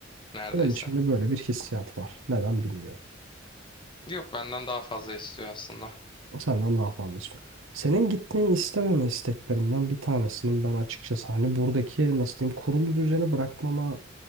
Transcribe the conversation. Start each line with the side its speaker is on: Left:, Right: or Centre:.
Left: Neredeyse.
Right: Benim içimde böyle bir hissiyat var. Neden bilmiyorum.
Left: Yok benden daha fazla istiyor aslında.
Right: Senden daha fazla istiyorum. Senin gitmeyi istememe isteklerinden bir tanesinin ben açıkçası hani buradaki nasıl diyeyim kurulu düzeni bırakmama